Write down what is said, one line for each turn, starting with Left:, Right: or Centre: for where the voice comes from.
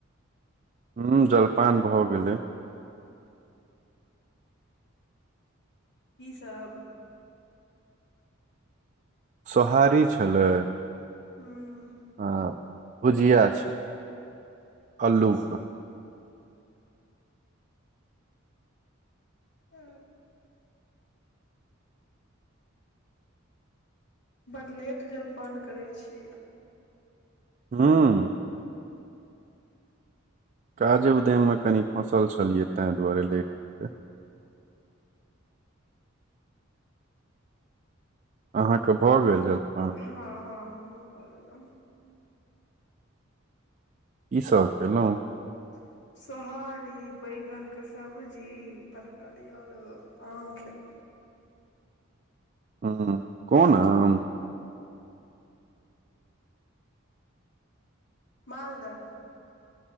Right: ह जलपान भए गेलै
Left: की सब
Right: सोहारी छलै
Left: हूँ
Right: आ भुजिया छ अल्लूके
Left: अच्छा आ बड लेट जलपान करैत छी
Right: हँ काजे उद्ययम मे कनि फँसल छलियै तां दुआरे लेट भेलै अहाँके भऽ गेल जलपन
Left: हँ हँ हमहुँ कऽ लेलहुँ
Right: की सब कयलहुँ
Left: <inaudible> सोहारी बैगनके सब्जी तरकारी आओरो आम खेलहु
Right: ह कोन आम
Left: मालदह